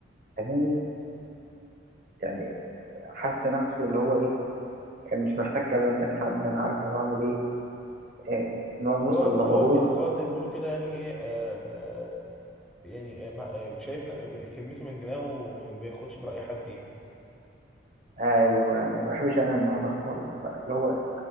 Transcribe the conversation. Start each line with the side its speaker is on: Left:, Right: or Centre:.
Right: فاهمني يعني حس نفسه اللي هو ايه مش محتاج كلام من حد انا عارف انا بعمل ايه آه، بقى بوصل
Centre: اللي هو
Right: لغرور
Centre: اللي هو اللي
Right: ف...
Centre: هو زي ما بيقولوا كده يعني ايه آم، آه، يعني آه، ما- آه، شايف ن- كلمته من دماغه وما بياخدش برأي حد يعني
Right: ايوه ما بحبش انا النوع ده خالص بقى اللي هو